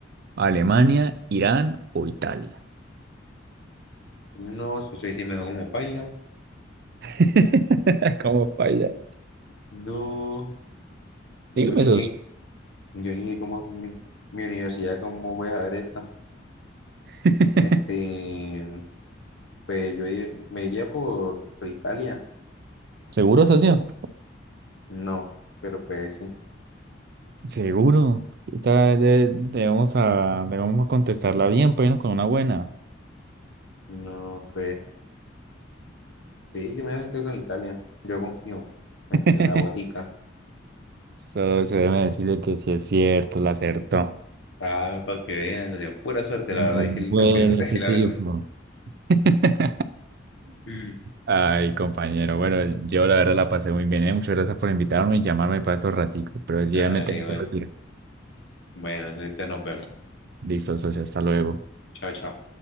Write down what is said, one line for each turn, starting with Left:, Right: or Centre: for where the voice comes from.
Right: ¿Alemania, Irán o Italia?
Left: No, socio, ahí sí me dejó como paila.
Right: <laughs> ¿Cómo baila?
Left: No, yo
Right: Dígame,
Left: ni
Right: socio.
Left: sé, yo ni sé cómo es mi, mi universidad, cómo voy a ver esa.
Right: <laughs>
Left: Este, pues yo ir- me iría por, por Italia.
Right: ¿Seguro, socio?
Left: No, pero pues sí.
Right: Seguro. Esta vez de- debemos, a, debemos contestarla bien, pues no con una buena.
Left: No, pues sí, yo me quedo con Italia. Yo confío en
Right: <laughs>
Left: en la botica.
Right: Solo se debe decirle que sí es cierto, la acertó.
Left: Ah, para que veas, Dios, pura suerte,
Right: Muy
Left: la verdad, y sí
Right: bueno
Left: tengo que <laughs> decir
Right: ese tipo.
Left: la verdad.
Right: <laughs>
Left: <laughs>
Right: Ay, compañero, bueno, yo la verdad la pasé muy bien, ¿eh? Muchas gracias por invitarme y llamarme para estos raticos, pero yo
Left: Dale,
Right: ya me tengo
Left: güey.
Right: que retirar.
Left: Bueno, ahorita nos vemos.
Right: Listo, socio, hasta luego.
Left: Chao, chao.